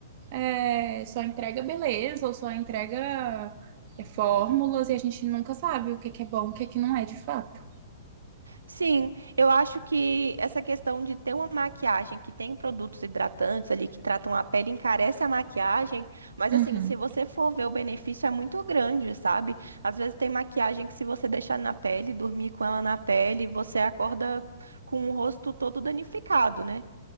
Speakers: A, on the right; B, on the right.
A: é, só entrega beleza ou só entrega é, fórmulas e a gente nunca sabe o que que é bom, o que que não é de fato.
B: Sim, eu acho que essa questão de ter uma maquiagem que tem produtos hidratantes ali que tratam a pele encarece a maquiagem, mas
A: Uhum.
B: assim, se você for ver o benefício é muito grande, sabe? Às vezes tem maquiagem que se você deixar na pele, dormir com ela na pele, você acorda com o rosto todo danificado, né?